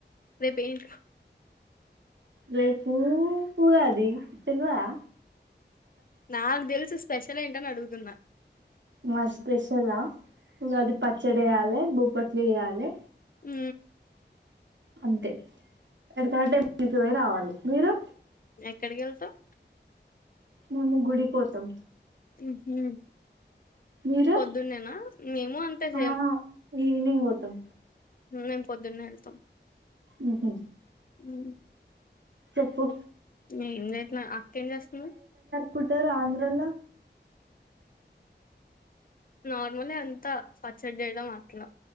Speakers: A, on the left (about 50°); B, on the right (about 80°).
A: రేపు ఏంటి
B: రేపు ఉగాది తెల్వదా
A: నాకు తెలుసు స్పెషల్ ఏంటని అడుగుతున్నా
B: మా స్పెషలా ఉగాది పచ్చడి వేయ్యాలే బొబ్బట్లు చేయాలే
A: ఉ
B: అంతే ఎటైనా టెంపుల్ పోయి రావాలి మీరు
A: ఎక్కడకి వెళ్తావ్
B: మేము గుడికి పోతాం
A: ఉహు
B: మీరు
A: పొద్దున్నేనా మేము అంతే సేం
B: ఆ ఈవినింగ్ పోతాం
A: మేము పొద్దున్నే వెళ్తాం
B: ఉహూ
A: ఉ
B: చెప్పు
A: ఏం చేయట్లే అక్క చేస్తుంది
B: కుట్టార ఆంధ్రలో
A: నార్మలే అంతా పచ్చడి చేయడం అట్లా